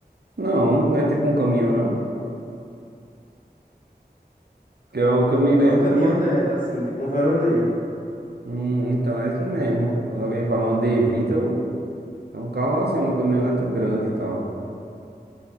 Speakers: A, on the right (about 70°); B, on the left (about 50°).
A: Não, não é tipo um caminhão, não. Que é o que eu me lembro
B: É uma caminhonete,
A: quando.
B: assim, tipo um Veronei.
A: Hum, então é isso mesmo. Quando alguém fala uma d vinte eu... é um carro assim, uma caminhoneta grande e tal.